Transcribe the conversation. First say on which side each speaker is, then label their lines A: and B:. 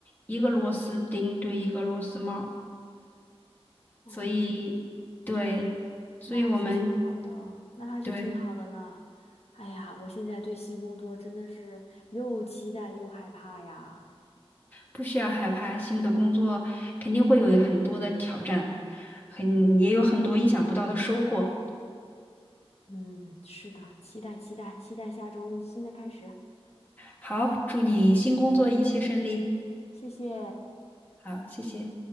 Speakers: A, on the left; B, on the left.
A: 一个螺丝钉对一个螺丝帽，
B: 哦，
A: 所以对，所以我们
B: 那还是挺好的，那还是挺好的呢。
A: 对
B: 哎呀，我现在对新工作真的是又期待又害怕呀。
A: 不需要害怕新的工作，肯定会有很多的挑战，很也有很多意想不到的收获。
B: 嗯，是的，期待期待期待下周新的开始。
A: 好，祝你新工作一切顺利。
B: 谢谢。
A: 好，谢谢。